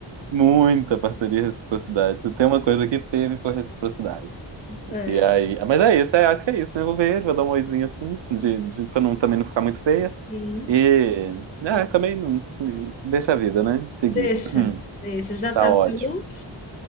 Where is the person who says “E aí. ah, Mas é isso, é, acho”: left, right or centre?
Right